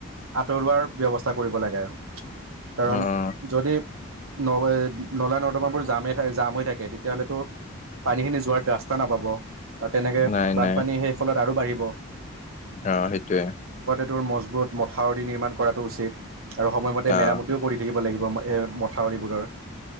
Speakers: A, on the right; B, on the left.
A: আঁতৰোৱাৰ ব্যৱস্থা কৰিব লাগে কাৰণ
B: অ অ
A: যদি নৱে নলা নৰ্দমান বোৰ জামেই জাম হৈ থাকে তেতিয়াহ'লেটো পানীখিনি যোৱাৰ ৰাস্তা নাপাব আৰু তেনেকে
B: নাই
A: বানপানী
B: নাই
A: সেই ফলত আৰু বাঢ়িব।
B: অ', সেইটোৱে।
A: তৰ মজবুত মথাউৰি নিৰ্মাণ কৰাটো উচিত আৰু সময় মতে
B: অ
A: মেৰামত কৰি থাকিব লাগিব এই মথাউৰিবোৰৰ।